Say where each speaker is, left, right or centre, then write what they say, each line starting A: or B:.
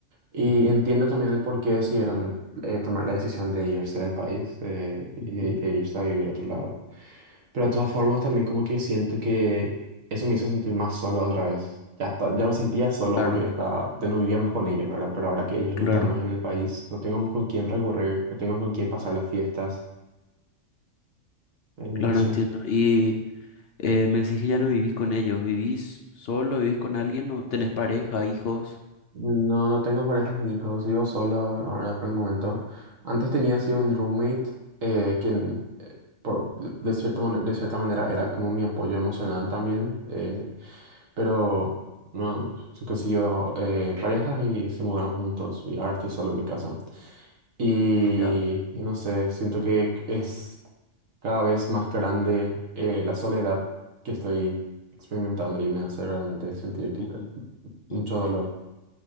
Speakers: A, on the right; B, on the left.
A: y
B: ujú,
A: entiendo también el por qué decidieron eh, tomar la decisión de irse del país eh,
B: ujú.
A: y- e irse a vivir a otro lado. Pero de todas formas también como que siento que eso me hizo sentir más solo otra vez. Ya, está- ya me sentía solo
B: Claro,
A: porque ya, estaba, ya no vivía más con ellos, ¿verdad? Pero ahora que ellos
B: claro,
A: no están más en el país, no tengo con quién recorrer, no tengo con quién pasar las fiestas, eh,
B: claro,
A: no sé.
B: entiendo. Y eh, me decís que ya no vivís con ellos, ¿vivís solo, vivís con alguien o tenés pareja, hijos?
A: No, no tengo parejas ni hijos, vivo solo ahora por el momento. Antes tenía así un roommate, eh, quien eh, por, de, cierta, mane- de cierta manera era como mi apoyo emocional también. eh, pero no, se consiguió eh, pareja y se mudaron juntos y ahora estoy solo en mi casa. Y,
B: Ya.
A: y no sé, siento que es cada vez más grande eh, la soledad que estoy experimentando y me hace realmente sentir dife-
B: Ujú,
A: mucho
B: ujú.
A: dolor.